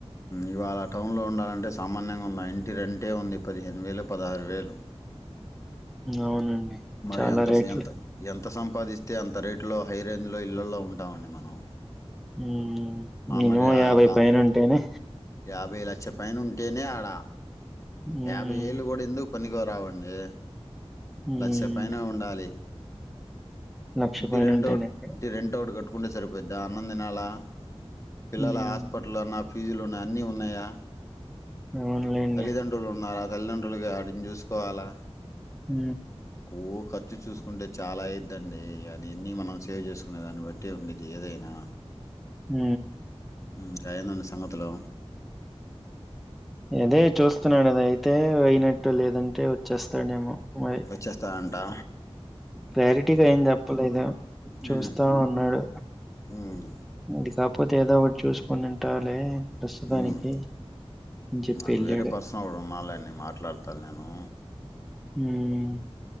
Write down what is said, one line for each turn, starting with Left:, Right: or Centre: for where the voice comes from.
Left: ఇవాళ టౌన్లో ఉండాలంటే సామాన్యంగా ఉందా ఇంటి రెంటే ఉంది పదిహేను వేలు పదహారు వేలు
Centre: అవునండి
Left: మరి
Centre: చాలా రేట్లు
Left: స- ఎంత ఎంత అంత సంపాదిస్తే అంత రేటులో హై రేంజ్లో ఇళ్లల్లో ఉంటామండి మనం.
Centre: ఊ
Left: ఆ
Centre: మినిమం
Left: మరి ఆ
Centre: యాభై
Left: దా-
Centre: పైన ఉంటేనే
Left: యాభై లక్ష పైన ఉంటేనే ఆడ
Centre: హ్మ్
Left: యాభై ఏళ్ళు కూడా ఎందుకు పనికి రావండీ
Centre: హ్మ్
Left: లక్ష పైనే ఉండాలి.
Centre: లక్ష
Left: ఇంటి
Centre: పైన
Left: రెంటి
Centre: ఉంటేనే
Left: ఓకటి
Centre: ఇక్కడ
Left: ఇంటి రెంటి ఓకటి కట్ కట్టుకుంటే సరిపోయిద్దా అన్నం తినాలా పిల్లల
Centre: హ్మ్
Left: హాస్పిటల్ అన్న ఫీజులు నా అన్నీ ఉన్నయా?
Centre: అవునులేండి
Left: తల్లిదండ్రులున్నార తల్లిదండ్రులుగా ఆడిని చూసుకోవాలా
Centre: హు
Left: కో కథ్ చ్చు చూసుకుంటే చాలా ఐద్దండి అది ఇన్ని మనం సేవ్ చేసుకునే దాన్ని బట్టి ఉండేది ఏదైనా
Centre: ఊ
Left: ఇంకెందండి సంగతులు
Centre: ఇదే చూస్తున్నాడు అది అయితే అయినట్టు లేదంటే వచ్చేస్తాడేమో మరి
Left: వచ్చేస్తాడంటా
Centre: క్లారిటీగా ఏం చెప్పలేదు చూస్తా
Left: ఉమ్
Centre: ఉన్నాడు
Left: ఉమ్
Centre: అది కాకపోతే ఏదో ఒకటి చూసుకొని ఉంటాడులే ప్రస్తుతానికి
Left: ఉమ్
Centre: అని చెప్పి
Left: నాకు
Centre: వెళ్ళాడు
Left: వేరే పర్సన్ ఒకడు ఉన్నాడులే నేను మాట్లాడతను నేను
Centre: ఊమ్